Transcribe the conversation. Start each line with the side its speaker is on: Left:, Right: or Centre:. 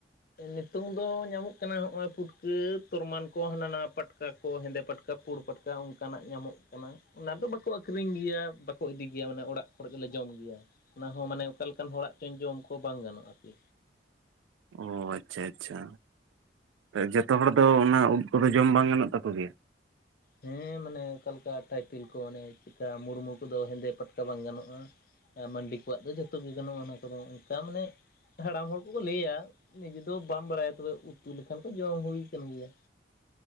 Left: ᱱᱤᱛᱚᱝ ᱫᱚ ᱧᱟᱢᱚᱜ ᱠᱟᱱᱟ ᱦᱚᱜᱼᱚᱭ ᱯᱷᱩᱴᱠᱟᱹ ᱛᱚᱨᱢᱟᱱ ᱠᱚ ᱦᱟᱱᱟ ᱱᱟᱣᱟ ᱯᱟᱴ ᱠᱟ ᱠᱚ ᱦᱮᱸᱫᱮ ᱯᱟᱴᱠᱟ ᱯᱩᱸᱲ ᱯᱟᱴᱠᱟ ᱚᱝᱠᱟᱱᱟᱜ ᱧᱟᱢᱚᱜ ᱠᱟᱱᱟ ᱾ ᱚᱱᱟ ᱫᱚ ᱵᱟᱠᱚ ᱟᱹᱠᱷᱨᱤᱧ ᱜᱮᱭᱟ, ᱵᱟᱠᱚ ᱤᱫᱤ ᱜᱮᱭᱟ ᱢᱟᱱᱮ ᱚᱲᱟᱜ ᱠᱚᱨᱮ ᱜᱮᱞᱮ ᱡᱚᱢ ᱜᱮᱭᱟ᱾ ᱚᱱᱟ ᱦᱚᱸ ᱢᱟᱱᱮ ᱚᱠᱟ ᱞᱮᱠᱟᱱ ᱦᱚᱲᱟᱜ ᱪᱚᱝ ᱡᱚᱢ ᱠᱚ ᱵᱟᱝ ᱜᱟᱱᱚᱜ-ᱟ ᱟᱨ ᱠᱤ᱾
Right: ᱚ ᱟᱪᱪᱷᱟ ᱟᱪᱪᱷᱟ, ᱡᱚᱛᱚ ᱦᱚᱲ ᱫᱚ ᱚᱱᱟ ᱩᱫ ᱠᱚᱫᱚ ᱡᱚᱢ ᱵᱟᱝ ᱜᱟᱱᱚᱜ ᱛᱟᱠᱚ ᱜᱮᱭᱟ?
Left: ᱦᱮᱸ ᱢᱟᱱᱮ ᱚᱠᱟ ᱞᱮᱠᱟ ᱴᱟᱭᱴᱤᱞ ᱠᱚ ᱚᱱᱮ ᱪᱮᱫᱠᱟ ᱢᱩᱨᱢᱩ ᱠᱚᱫᱚ ᱦᱮᱸᱫᱮ ᱯᱟᱴᱠᱟ ᱵᱟᱝ ᱜᱟᱱᱚᱜ-ᱟ᱾ ᱮ ᱢᱟᱱᱰᱤ ᱠᱚᱣᱟᱜ ᱫᱚ ᱡᱷᱚᱛᱚ ᱜᱮ ᱜᱟᱱᱚᱜ-ᱟ ᱚᱱᱟ ᱠᱚᱫᱚ ᱚᱱᱠᱟ ᱢᱟᱱᱮ᱾ ᱦᱟᱲᱟᱢ ᱦᱚᱲ ᱠᱚᱠᱚ ᱞᱟᱹᱭᱟ ᱱᱤᱡᱮ ᱫᱚ ᱵᱟᱢ ᱵᱟᱲᱟᱭᱟ ᱛᱚᱵᱮ ᱩᱛᱩ ᱞᱮᱠᱷᱟᱱ ᱠᱚ ᱡᱚᱢ ᱦᱩᱭ ᱠᱟᱱ ᱜᱮᱭᱟ᱾